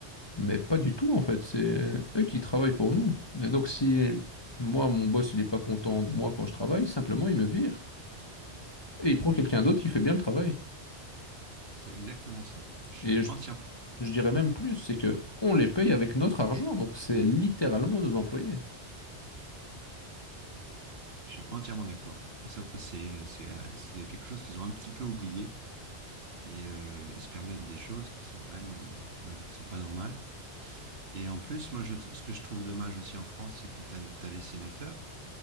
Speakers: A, on the left; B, on the right.
A: Mais pas du tout, en fait. C'est eux qui travaillent pour nous. Et donc, si moi, mon boss, il est pas content de moi quand je travaille, simplement, il me vire. Et il prend
B: Oui,
A: quelqu'un d'autre qui fait bien le travail.
B: c'est exactement ça. Je suis
A: Et je,
B: entièrement,
A: je dirais même plus, c'est que on les paye avec notre argent. Donc, c'est littéralement nos employés.
B: je suis entièrement d'accord. Et ça, c'est, c'est, euh, c'est quelque chose qu'ils ont un petit peu oublié. Et euh, ils se permettent des choses qui sont quand même, euh, enfin, qui sont pas normales. Et en plus, moi, je, ce que je trouve dommage aussi en France, c'est que tu as, les sénateurs